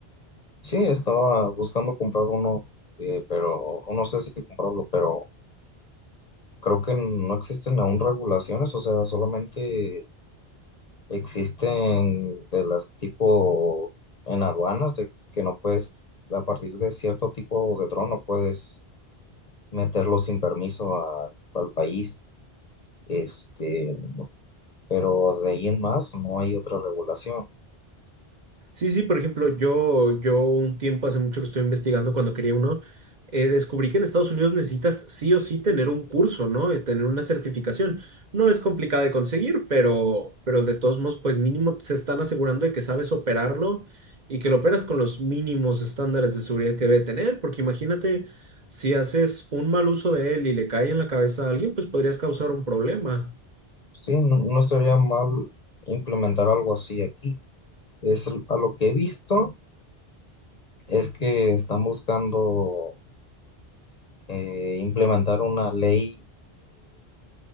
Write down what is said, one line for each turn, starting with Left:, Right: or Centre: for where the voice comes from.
Left: Sí, estaba buscando comprar uno, eh, pero no sé si comprarlo, pero creo que no existen aún regulaciones, o sea, solamente Existen de las tipo en aduanas, de que no puedes, a partir de cierto tipo de dron, no puedes meterlo sin permiso a- al país. Este, pero de ahí en más no hay otra regulación.
Right: Sí, sí, por ejemplo, yo, yo un tiempo hace mucho que estoy investigando cuando quería uno, eh, descubrí que en Estados Unidos necesitas sí o sí tener un curso, ¿no? Eh, Tener una certificación. No es complicada de conseguir, pero, pero de todos modos, pues mínimo se están asegurando de que sabes operarlo y que lo operas con los mínimos estándares de seguridad que debe tener, porque imagínate, si haces un mal uso de él y le cae en la cabeza a alguien, pues podrías causar un problema.
Left: Sí, no, no estaría mal implementar algo así aquí. Es, l- a lo que he visto es que están buscando eh, implementar una ley